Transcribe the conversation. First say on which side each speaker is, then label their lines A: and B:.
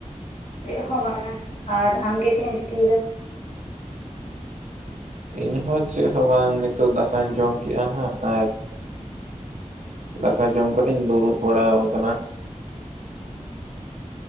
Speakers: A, on the left; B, on the right.
A: ᱪᱮᱫ ᱦᱚᱸ ᱵᱟᱝ <inaudible> ᱟᱨ ᱟᱢᱜᱮ ᱪᱮᱫ ᱮᱢ ᱪᱤᱠᱟᱹᱭᱮᱫᱟ?
B: ᱤᱧ ᱦᱚᱸ ᱪᱮᱫ ᱦᱚᱸ ᱵᱟᱝ ᱱᱤᱛᱚᱜ ᱫᱟᱠᱟᱧ ᱡᱚᱢ ᱠᱮᱜ-ᱟ ᱱᱟᱦᱟᱸᱜ ᱟᱨ ᱫᱟᱠᱟ ᱡᱚᱢ ᱠᱟᱛᱮ ᱤᱧ ᱫᱩᱲᱩᱵ ᱵᱟᱲᱟ ᱟᱠᱟᱱᱟ᱾